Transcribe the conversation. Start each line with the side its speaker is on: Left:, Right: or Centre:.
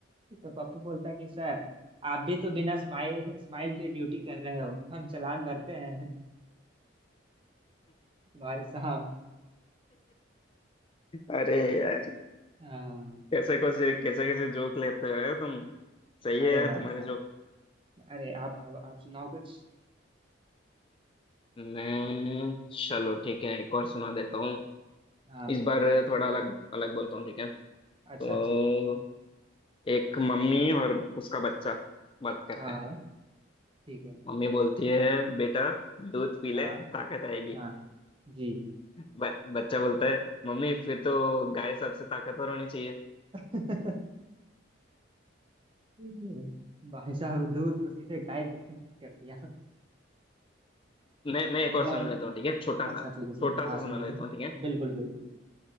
Right: तो पप्पू बोलता है कि सर आप भी तो बिना स्माइल स्माइल के ड्यूटी कर रहे हो हम चालान भरते हैं <laughs> भाई साहब
Left: अरे यार
Right: हाँ,
Left: कैसे कैसे कैसे कैसे जोक लेते हो तुम सही
Right: अरे
Left: है यार
Right: भाई
Left: तुम्हारे
Right: साहब
Left: जोक
Right: अरे आप आप, आप सुनाओ कुछ
Left: मैं चलो ठीक है एक और सुना देता हूँ
Right: हाँ
Left: इस बार थोड़ा अलग अलग बोलता हूँ ठीक है तो
Right: अच्छा अच्छा
Left: एक मम्मी और उसका बच्चा बात करते
Right: हाँ
Left: हैं
Right: ठीक है
Left: मम्मी बोलती है बेटा दूध पी ले
Right: हाँ
Left: ताकत आएगी
Right: हाँ जी
Left: ब, बच्चा बोलता है मम्मी फिर तो गाय सबसे ताकतवर होनी चाहिए
Right: <laughs> हम्म। भाई साहब दूध को सीधे गाय के खंड कर दिया
Left: मैं मैं एक
Right: अब मैं
Left: और सुना लेता हूँ ठीक है छोटा सा
Right: अच्छा ठीक है सुन-
Left: छोटा
Right: हाँ
Left: सा सुना
Right: सुनाइए
Left: लेता हूँ ठीक है
Right: बिल्कुल बिल्कुल